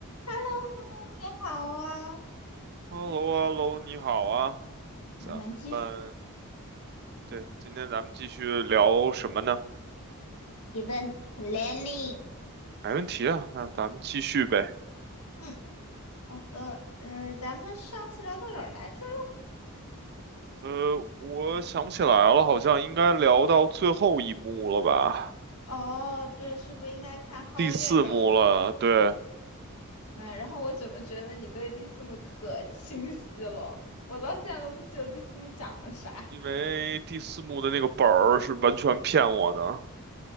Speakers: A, on the left; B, on the right.
A: h e l l o h e l l o 你好啊，
B: h e l l o h e l l o 你好啊，
A: 我们继续
B: 咱们对，今天咱们继续聊什么呢？
A: event planning。
B: 没问题啊，那咱们继续呗。
A: 嗯，好的，嗯、咱们上次聊到哪儿来着了？
B: 呃，我想不起来了，好像应该聊到最后一幕了吧？
A: 哦，对，是不是应该看皓月的？
B: 第四幕了，对，
A: 哎，然后我怎么觉得你对蒂斯姆可清晰了？我到现在都不记得蒂斯姆讲了啥。
B: 因为第四幕的那个本儿是完全骗我的，